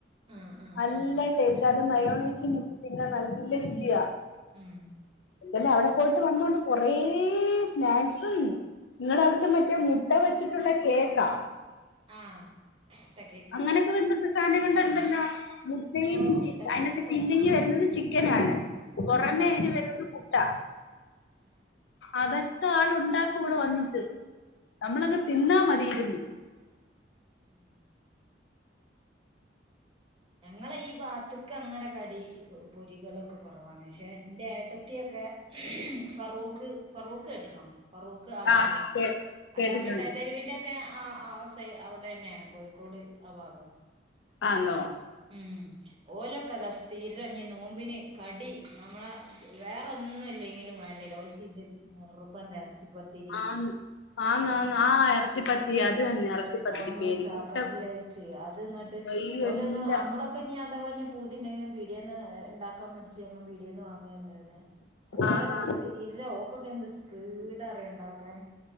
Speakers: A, on the right; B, on the left.
A: ആ
B: നല്ല
A: ആ
B: ടേസ്റ്റാണ് അത് മയോണേസി മുക്കി തിന്നാൻ നല്ല രുചിയ
A: ഉം
B: അല്ല അവിടെ പോയിട്ട് വന്നുകൊണ്ട് കൂറേ സ്നാക്സും നിങ്ങളവിടുത്തെ മറ്റേ മുട്ട വെച്ചിട്ടുള്ള കേക്കാ
A: ആ മുട്ട കേക്ക്
B: അങ്ങനെയൊക്കെ വെന്തൊക്ക് സാധനം കൊണ്ട് ഒണ്ടല്ലോ മുട്ടയും
A: ഓ മുട്ട കേക്കൊക്കെ
B: അതിനകത്ത്
A: ഇവിടെ
B: പിന്നെങ്കി
A: ആ
B: വരുന്നത് ചി കെനാണ് പുറമെ
A: ആ
B: അയ്ന്
A: ആ
B: <unintelligible> ട്ട
A: ആ ഉം
B: അതൊക്കെ ആൾ ഉണ്ടാക്കും ഇവിടെ വന്നിട്ട് നമ്മളങ്ങ് തിന്നാ മതി ഇരുന്ന്
A: ഉം ഞങ്ങള് ഈ ഭാഗ അക്ക് അങ്ങനെ കടി പൊരികളൊക്കെ കുറവാണ് പക്ഷെ എന്റെ ഏട്ടത്തിയൊക്കെ ഫറൂക്ക് ഫറൂക്ക് കേട്ടക്ക്ണോ ഫറൂക്ക് ആഭാഗാ
B: ആഹ് കേ കേട്ടിട്ടുണ്ട്
A: അതാ മിഠായി തെരുവിന്റെ ഒക്കെ ആ ആ സൈ അവിടെ തന്നെയാണ് കോഴിക്കോട് ആ ഭാഗാ
B: ആന്നോ
A: ഉം ഓലൊക്കെ അതാ സ്ഥിരം ഇഞ്ഞി നോമ്പിന് കടി നമ്മളെ വേറൊന്നും ഇല്ലെങ്കിലും വേണ്ടില്ല ഓല്ക്ക് ഇത് നിർബന്ധാ ഇറച്ചിപ്പത്തിരി
B: ആന്ന് ആന്നാന്ന്
A: പിന്നെ
B: ആ ഇറച്ചിപ്പത്തിരി അത് തന്നെ ഇറച്ചിപ്പത്തിരി
A: സമൂസ
B: പേര് മുട്ട
A: കട്ലേറ്റ് അത് ഇങ്ങട്ട്
B: അയ്യോ
A: ഓലൊന്നും
B: എല്ലാ
A: അമ്മളൊക്കെ ഇഞ്ഞിയാ- ഥവാ പൂതി ഉണ്ടെങ്കിലും പിടിയേന്ന് ഇണ്ടാക്കാൻ മേട് ച്ച് പീടിയേന്ന് വാങ്ങയല്ലാതെ ഓലൊക്കെ
B: ആന്നാന്ന്
A: സ്ഥിരം ഓക്കൊക്കെന്ത് സ്പീഡാ അറിയൊ ഒണ്ടാക്കാന്